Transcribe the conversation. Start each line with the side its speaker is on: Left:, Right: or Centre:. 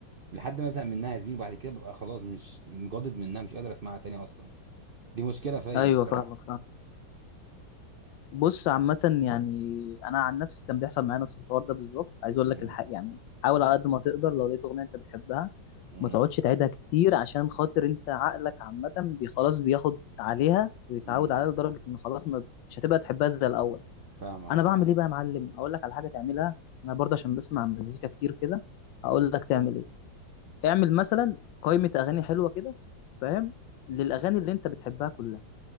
Right: لحد ما ازهق منها يا زميلي وبعد كده ببقى خلاص مش مجدد منها مش قادر اسمعها تاني اصلا دي مشكله فيا
Left: أيوه
Right: الصراحه
Left: فاهمك فاهم بص عامة يعني أنا عن نفسي كان بيحصل معايا نفس الحوار ده بالظبط عايز أقول
Right: امم
Left: لك الحق يعني حاول على قد ما تقدر لو لقيت أغنية أنت بتحبها
Right: امم
Left: ما تقعدش تعيدها كتير عشان خاطر أنت عقلك عامة بي- خلاص بياخد عليها ويتعود
Right: امم
Left: عليها لدرجة إن خلاص ما مش هتبقى تحبها زي الأول
Right: فاهمك
Left: أنا
Right: اه
Left: بعمل إيه بقى يا معلم أقول لك على حاجة تعملها أنا برضه عشان بسمع مزيكا كتير كده هقول لك تعمل إيه اعمل مثلا قائمة أغاني حلوة كده فاهم للأغاني اللي أنت بتحبها كلها